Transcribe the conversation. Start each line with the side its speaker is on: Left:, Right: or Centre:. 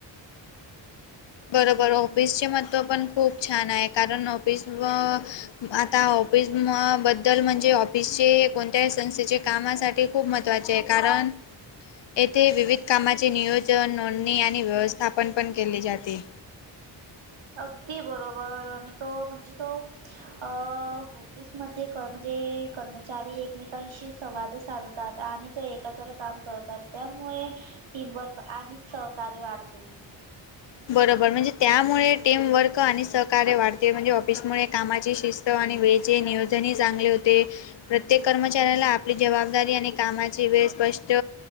Left: बरोबर ऑफिसचे महत्व पण खूप छान आहे. कारण ऑफिस व आता ऑफिस बद्दल म्हणजे वि हे कोणत्याही संस्थेचे कामासाठी खूप महत्त्वाचे आहे कारण येथे विविध कामाची नियोजन नोंदणी आणि व्यवस्थापन पण केले जाते.
Right: अगदी बरोबर आणि तो म्हणजे तो अ ऑफिसमध्येध्ये म्हणजे कर्मचारी एकमेकांशी संवाद साधतात आणि तो एकत्र काम करतात त्यामुळे टीमवर्क आणि सहकार्य वाढते.
Left: बरोबर म्हणजे त्यामुळे टीमवर्क आणि सहकार्य वाढते. ते म्हणजे ऑफिसमुळे कामाची शिस्त आणी वेळचे नियोजनही चांगले होते. प्रत्येक कर्मचाऱ्याला आपली जबाबदारी आणि कामाची वेळ स्पष्ट